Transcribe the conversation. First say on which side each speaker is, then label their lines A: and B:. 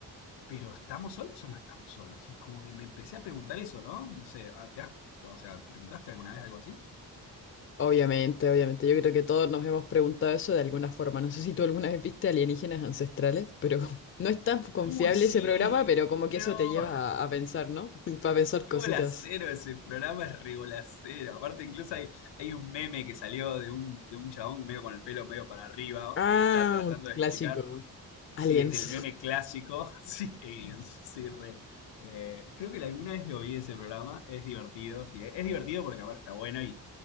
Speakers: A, on the left (about 75°); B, on the left (about 30°).
A: pero ¿estamos solos o no estamos solos? Y como que me empecé a preguntar eso, ¿no? No sé, ¿te has- o sea, ¿preguntaste alguna vez algo así?
B: Obviamente, obviamente. Yo creo que todos nos hemos preguntado eso de alguna forma. No sé si tú alguna vez viste Alienígenas Ancestrales, pero <laughs> no es tan confiable
A: Uy, sí,
B: ese programa, pero como
A: no,
B: que eso te lleva
A: <laughs>
B: a, a pensar,
A: es muy,
B: ¿no? <laughs> Para pensar
A: muy
B: cositas.
A: bolacero ese programa, es re bolacero. Aparte, incluso hay, hay un meme que salió de un, de un chabón medio con el pelo medio para arriba,
B: Ah,
A: que está tratando
B: un clásico.
A: de explicar.
B: Aliens.
A: Sí, es el meme clásico. <laughs> Sí, aliens, sí, re. Eh, creo que alguna vez lo vi ese programa. Es divertido, sí. eh, Es divertido porque aparte está bueno y,